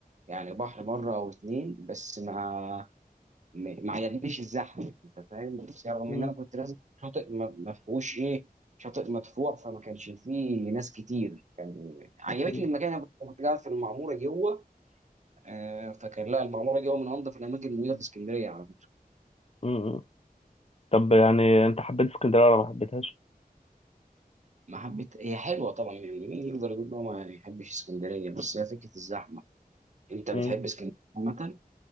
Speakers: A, on the right; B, on the left.
A: يعني بحر مرة أو اتنين بس ما ما ما عجبنيش الزحمة أنت فاهم بس رغم
B: مم.
A: إن أنا كنت لازم شاطئ ما ما فيهوش إيه شاطئ مدفوع فما كانش فيه ناس كتير عجبتني
B: مم.
A: المكان أنا كنت كنت قاعد في المعمورة جوه آه، فكان لا المعمورة جوه من أنظف الأماكن الموجودة في اسكندرية على فكرة
B: مم. طب يعني أنت حبيت اسكندرية ولا ما حبيتهاش؟
A: ما حبيت هي حلوة طبعا يعني مين يقدر يقول إن هو ما يحبش اسكندرية بس هي فكرة الزحمة أنت بتحب
B: مم.
A: اسكندرية عامة؟